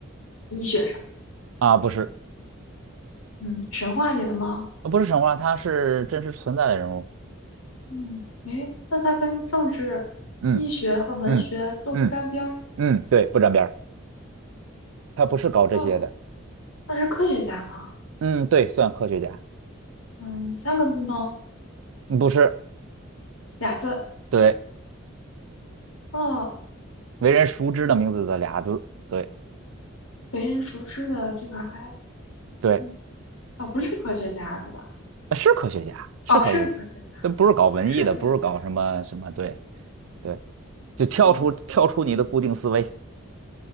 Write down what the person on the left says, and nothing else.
医学上，
嗯，神话里的吗？
嗯，诶，那他跟政治、
医学和文学都不沾边儿，
哦，那是科学家吗？
嗯，三个字吗？
俩字，
哦，
为人熟知的这个还，
嗯，哦，不是科学家对吧？
哦，是科学家，
是科学家，
嗯。